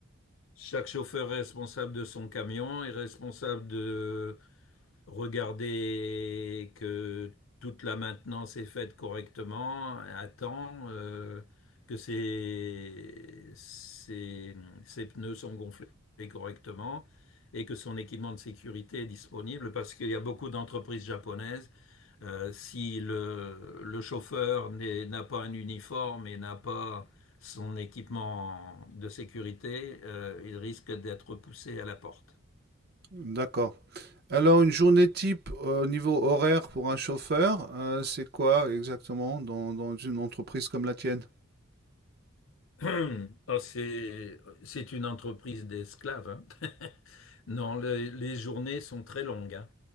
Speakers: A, on the left (about 70°); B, on the right (about 50°).
A: Chaque chauffeur responsable de son camion est responsable de regarder que toute la maintenance est faite correctement à temps, euh, que ses, ses- ses pneus sont gonflés correctement et que son équipement de sécurité est disponible parce qu'il y a beaucoup d'entreprises japonaises. euh, si le, le chauffeur n'est- n'a pas un uniforme et n'a pas son équipement de sécurité, euh, il risque d'être poussé à la porte.
B: D'accord. Alors, une journée type euh, au niveau horaire pour un chauffeur, euh, c'est quoi exactement dans, dans une entreprise comme la tienne?
A: <clears throat> Oh, c'est, c'est une entreprise d'esclaves. hein. <laughs> Non, le- les journées sont très longues. hein.